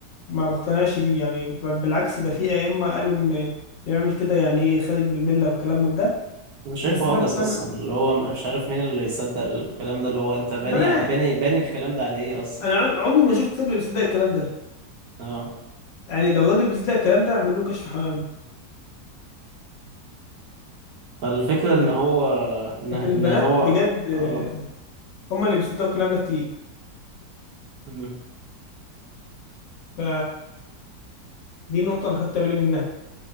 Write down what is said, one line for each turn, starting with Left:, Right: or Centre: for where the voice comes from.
Left: ما بقتنعش بيه يعني بل بالعكس ده في أئمة قالوا إن اللي يعمل كده يعني إيه خارج من الملة والكلام من ده
Right: انا شايفه
Left: بس أنا
Right: هجس
Left: مقتنع
Right: اصلا اللي هو مش عارف مين اللي يصدق الكلام ده اللي هو انت باني
Left: البنات
Right: باني باني الكلام ده على ايه اصلا
Left: أنا عم- عمري ما شفت راجل بيصدق الكلام ده
Right: اه
Left: يعني لو راجل بيصدق الكلام ده أعمل له كشف حمام
Right: فالفكرة
Left: لا
Right: ان هو ان
Left: لكن
Right: إن
Left: البنات
Right: هو
Left: بجد آه،
Right: اه
Left: هم اللي بيصدقوا الكلام ده كتير
Right: أمم.
Left: ف دي نقطة أنا خدت بالي منها